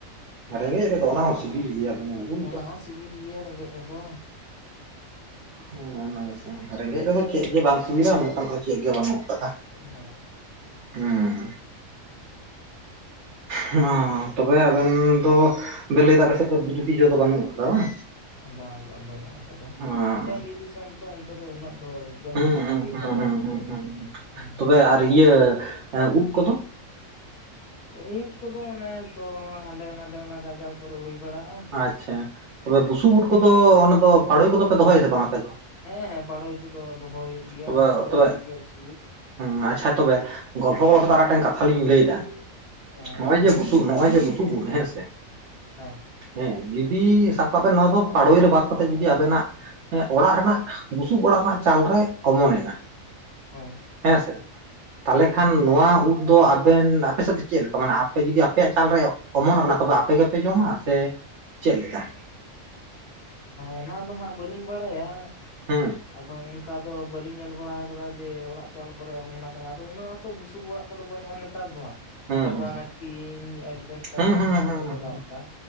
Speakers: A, on the right (about 65°); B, on the left (about 45°).
A: ᱟᱨ ᱨᱮᱸᱜᱮᱡᱽ ᱨᱮᱫᱚ ᱚᱱᱟ ᱦᱚᱸ ᱥᱤᱵᱤᱞ ᱜᱮᱭᱟ᱾ ᱫᱚᱢᱮ ᱵᱩᱡ
B: ᱚᱱᱟ
A: ᱫᱟᱵᱮᱱ
B: ᱦᱚᱸ ᱥᱤᱵᱤᱞ ᱜᱮᱭᱟ ᱨᱮᱸᱜᱮᱡᱽ ᱨᱮᱫᱚ᱾
A: ᱮ ᱚᱱᱟ ᱜᱮᱥᱮ ᱨᱮᱸᱜᱮᱡᱽ ᱨᱮᱫᱚ ᱪᱮᱫ ᱜᱮ ᱵᱟᱝ ᱥᱤᱵᱤᱞᱟ ᱱᱚᱝᱠᱟᱱᱟᱜ ᱫᱚ ᱪᱮᱫ ᱜᱮ ᱵᱟᱹᱱᱩᱜ᱾ ᱫᱟᱫᱟ,
B: ᱦᱮᱸ
A: ᱦᱩᱸ, ᱦᱸ, ᱛᱚᱵᱮ ᱟᱵᱮᱱ ᱫᱚ ᱵᱮᱱ ᱞᱟᱹᱭᱫᱟ ᱟᱯᱮᱥᱮᱫ ᱫᱚ ᱵᱤᱨᱩᱛᱤ ᱡᱚ ᱫᱚ ᱵᱟᱹᱱᱩᱜ ᱟᱠᱟᱫᱟ ᱵᱟᱝ᱾
B: ᱵᱟᱝ ᱵᱟᱝ ᱵᱟᱹᱱᱩᱜ ᱟᱠᱟᱫᱟ
A: ᱦᱮᱸ
B: ᱟᱨ ᱴᱟᱺᱰᱤ ᱫᱤᱥᱚᱢ ᱛᱚ ᱚᱱᱛᱮ ᱫᱚ ᱩᱱᱟᱹᱜ ᱫᱚ ᱵᱟᱹᱱᱩᱜᱼᱟ
A: ᱦᱩᱸ ᱦᱩᱸ
B: ᱵᱤᱨ
A: ᱦᱩᱸ
B: ᱜᱟᱡᱟᱲ
A: ᱦᱩᱸ
B: ᱠᱚᱫᱚ
A: ᱦᱩ ᱦᱩᱸ
B: ᱦᱮᱸ
A: ᱛᱚᱵᱮ ᱟᱨ ᱤᱭᱟᱹ ᱩᱵᱽ ᱠᱚᱫᱚ
B: ᱩᱸᱛ ᱠᱚᱫᱚ ᱚᱱᱮ ᱛᱚ ᱦᱟᱸᱰᱮ ᱱᱟᱰᱮ ᱚᱱᱟ ᱜᱟᱡᱟᱲ ᱠᱚᱨᱮ ᱦᱩᱭ ᱵᱟᱲᱟᱜ
A: ᱟᱪᱪᱷᱟ ᱛᱚᱵᱮ ᱵᱩᱥᱩᱵ ᱩᱫ ᱠᱚᱫᱚ ᱚᱱᱟ ᱫᱚ ᱟᱲᱩᱭ ᱠᱚᱫᱚ ᱯᱮ ᱫᱚᱦᱚᱭᱮᱫᱟ ᱵᱟᱝ ᱟᱯᱮ ᱫᱚ
B: ᱦᱮᱸ ᱦᱮᱸ ᱯᱟᱲᱳᱭ ᱠᱚᱫᱚ ᱫᱚᱦᱚ ᱦᱩᱭᱩᱜ ᱜᱮᱭᱟ
A: ᱛᱚᱵᱮ
B: ᱚᱱᱟ ᱠᱚᱨᱮ
A: ᱛᱚᱵᱮ
B: ᱦᱚᱸ ᱦᱩᱭᱩᱜ ᱜᱮᱭᱟ ᱜᱩᱯᱤ ᱠᱚ
A: ᱦᱩᱸ ᱟᱪᱪᱷᱟ ᱛᱚᱵᱮ ᱜᱚᱞᱯᱷᱚ ᱜᱚᱞᱯ ᱛᱮ ᱢᱤᱫᱴᱟᱝ ᱠᱟᱛᱷᱟ ᱞᱤᱧ ᱞᱟᱹᱭ ᱮᱫᱟ
B: ᱦᱮᱸ
A: ᱱᱚᱜᱼᱚᱭ
B: ᱞᱟᱹᱭ
A: ᱡᱮ
B: ᱵᱤᱱ
A: ᱵᱩᱥᱩᱵ ᱱᱚᱜᱼᱚᱭ ᱡᱮ ᱵᱩᱥᱩᱵ ᱩᱫ ᱦᱮᱸ ᱥᱮ
B: ᱦᱮᱸ
A: ᱦᱮᱸ ᱡᱩᱫᱤ ᱥᱟᱵ ᱠᱟᱜ ᱵᱮᱱ ᱱᱚᱣᱟ ᱫᱚ ᱯᱟᱲᱳᱭ ᱨᱮ ᱵᱟᱫ ᱠᱟᱛᱮᱮᱫ ᱡᱩᱫᱤ ᱟᱵᱮᱱᱟᱜ ᱦᱮᱸ ᱚᱲᱟᱜ ᱨᱮᱱᱟᱜ ᱵᱩᱥᱩᱵ ᱚᱲᱟᱜ ᱨᱮᱱᱟᱜ ᱪᱟᱞᱨᱮ ᱚᱢᱚᱱ ᱮᱱᱟ᱾
B: ᱦᱚᱭ
A: ᱦᱮᱸ ᱥᱮ ᱛᱟᱦᱚᱞᱮ ᱠᱷᱟᱱ ᱱᱚᱣᱟ ᱩᱫ ᱫᱚ ᱟᱵᱮᱱ ᱟᱯᱮ ᱥᱮᱫ ᱫᱚ ᱪᱮᱫ ᱞᱮᱠᱟ ᱢᱮᱱᱟᱜᱼᱟ ᱟᱯᱮ ᱡᱩᱚᱫᱤ ᱟᱯᱮᱭᱟᱜ ᱪᱟᱞᱨᱮ ᱚᱢᱚᱱ ᱟᱠᱟᱱᱟ ᱛᱚᱵᱮ ᱟᱯᱮ ᱜᱮᱯᱮ ᱡᱚᱢᱟ ᱥᱮ ᱪᱮᱫ ᱞᱮᱠᱟ᱾
B: ᱚᱱᱟ ᱫᱚ ᱦᱟᱸᱜ ᱵᱟᱹᱞᱤᱧ ᱵᱟᱲᱟᱭᱟ
A: ᱦᱩᱸ
B: ᱟᱫᱚ ᱚᱱᱠᱟ ᱫᱚ ᱵᱟᱹᱞᱤᱧ ᱧᱮᱞ ᱵᱟᱲᱟ ᱟᱠᱟᱫᱟ ᱡᱮ ᱚᱲᱟᱜ ᱪᱟᱞ ᱠᱚᱨᱮ ᱚᱢᱚᱱᱟ ᱟᱠᱟᱱᱟ ᱟᱫᱚ ᱩᱱᱟᱹᱜ ᱦᱚᱸᱛᱚ ᱵᱩᱥᱩᱵ ᱚᱲᱟᱜ ᱠᱚᱫᱚ ᱵᱟᱹᱱᱩᱜᱼᱟ ᱱᱮᱛ ᱛᱟᱨ ᱫᱚ ᱦᱟᱜ
A: ᱦᱩᱸ
B: ᱱᱮᱛᱟᱨ
A: ᱦᱩᱸ
B: ᱫᱚ ᱦᱟᱱᱮ ᱴᱤᱧ ᱮᱰᱵᱷᱮᱥᱴᱟᱨ
A: ᱦᱩᱸ ᱦᱩᱸ
B: ᱚᱱᱟ ᱠᱚᱛᱮ
A: ᱦᱩᱸ
B: ᱠᱚ
A: ᱦᱩᱸ
B: ᱫᱟᱵ ᱮᱫᱟ